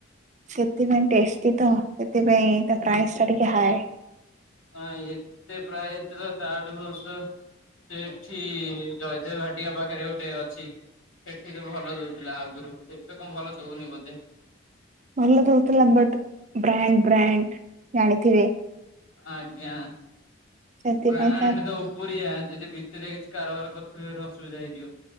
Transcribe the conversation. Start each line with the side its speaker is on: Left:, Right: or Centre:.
Right: ସେଥିପାଇଁ ଟେଷ୍ଟି ତ ସେଥିପାଇଁ ତା ପ୍ରାଇସ୍ ଟା ଟିକେ
Left: ଆ
Right: ହାଏ।
Left: ହଁ ଏତେ ପ୍ରାଇଜ୍ ତା ଠୁ ଭଲ ସେଠି ଜୟଦେବ ଭାଟିକା ପାଖରେ ଗୋଟେ ଅଛି ସେଠି ତ ଭଲ ଦଉଥିଲା ଆଗରୁ ଏବେ କଣ ଭଲ ଦଉନି ବୋଧେ।
Right: ଭଲ ଦଉଥିଲା ବଟ ବ୍ରାଣ୍ଡ ବ୍ରାଣ୍ଡ ଜାଣିଥିବେ।
Left: ଆଜ୍ଞା,
Right: ସେଥିପାଇଁ
Left: ବ୍ରାଣ୍ଡ
Right: ତା
Left: ଦ ପୁରିଆ ଯଦି ଭିତିରିଆ କିଛି କାରବାର କରିଥିବେ ଅସୁବିଧା ହେଇଯିବ।